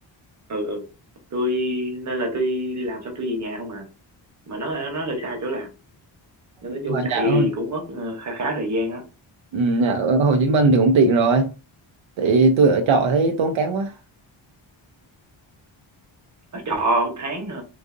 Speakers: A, on the right; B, on the right.
A: ừ ừ tôi nên là tôi đi làm xong tôi về nhà không à mà nó nó hơi xa chỗ làm nên
B: Nhưng
A: nói chung
B: mà
A: chạy
B: nhà
A: thì
B: ở
A: cũng mất ờ, khá khá thời gian á
B: ừ, nhà ở Hồ Chí Minh thì cũng tiện rồi thì tôi ở trọ thấy tốn kém quá
A: ở trọ một tháng ờ,